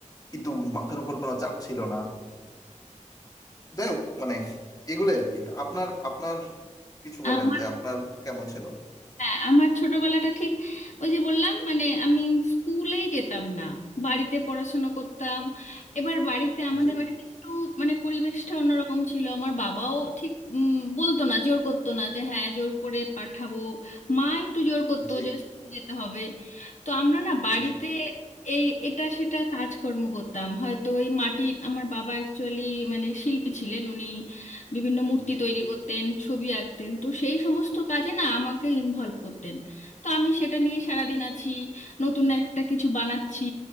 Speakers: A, on the left; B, on the left.
A: কিন্তু মাথার উপর কোনো চাপ ছিল না যাই হোক মানে এগুলোই আর কি আপনার আপনার কিছু বলেন
B: আমার
A: যে আপনার কেমন ছিল
B: হ্যাঁ আমার ছোটবেলাটা ঠিক ওই যে বললাম মানে আমি স্কুলেই যেতাম না বাড়িতে পড়াশোনা করতাম এবার বাড়িতে আমাদের
A: জি
B: বাড়িতে একটু মানে পরিবেশটা অন্যরকম ছিল আমার বাবাও ঠিক উম, বলতো না জোর করতো না যে হ্যাঁ জোর করে পাঠাবো মা একটু জোর করতো
A: জি
B: যে স্কুল যেতে হবে তো আমরা না বাড়িতে
A: জি
B: এই এটা সেটা কাজকর্ম করতাম হয়তো ওই মাটির আমার বাবা অ্যাকচুয়ালি মানে শিল্পী ছিলেন উনি বিভিন্ন মূর্তি
A: জি
B: তৈরি করতেন ছবি আঁকতেন তো সেই সমস্ত কাজে না আমাকে ইনভলভ করতেন তো আমি সেটা নিয়ে সারাদিন আছি নতুন একটা কিছু বানাচ্ছি